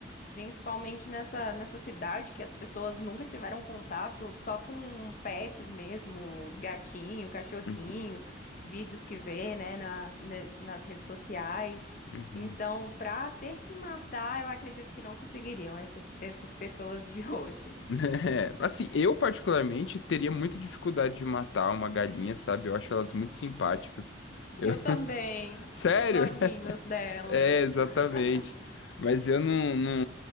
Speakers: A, on the left; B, on the left.
A: Principalmente nessa, nessa cidade que as pessoas nunca tiveram contato só com pets mesmo, gatinho, cachorrinho,
B: Uhum,
A: vídeos que vê, né, na- ne- nas redes sociais.
B: uhum.
A: Então,
B: <laughs>
A: pra ter que matar, eu acredito que não conseguiriam essas, essas pessoas de <laughs> hoje.
B: É, assim, eu particularmente teria muita dificuldade de matar uma galinha, sabe? Eu acho elas muito simpáticas. Eu...
A: Eu também,
B: <laughs> Sério?
A: os olhinhos
B: <laughs>
A: delas.
B: É, exatamente.
A: <laughs>
B: Mas eu não, não,